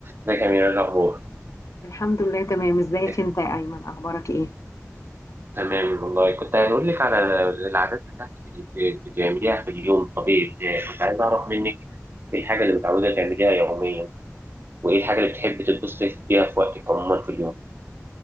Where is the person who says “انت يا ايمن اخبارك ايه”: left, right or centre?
Left